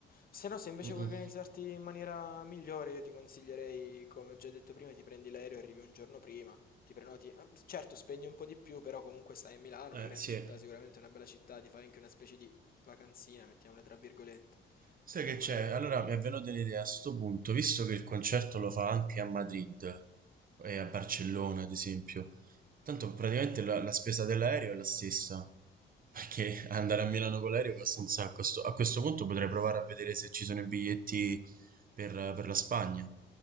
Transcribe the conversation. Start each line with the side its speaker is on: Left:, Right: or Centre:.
Left: Se no, se invece
Right: Mm-mm.
Left: vuoi organizzarti in maniera migliore, io ti consiglierei, come ho già detto prima, ti prendi l'aereo e arrivi un giorno prima, ti prenoti. eh, Certo, spendi un po' di più, però comunque stai a Milano,
Right: Eh,
Left: una grande
Right: sì.
Left: città, sicuramente una bella città, ti fai anche una specie di vacanzina, mettiamola tra virgolette.
Right: Sai
Left: Comunque.
Right: che c'è? Allora mi è venuta un'idea a sto punto, visto che il concerto lo fa anche a Madrid e a Barcellona, ad esempio. Tanto praticamente la, la spesa dell'aereo è la stessa, perché andare a Milano con l'aereo costa un sacco. Sto- a questo punto potrei provare a vedere se ci sono i biglietti per, per la Spagna.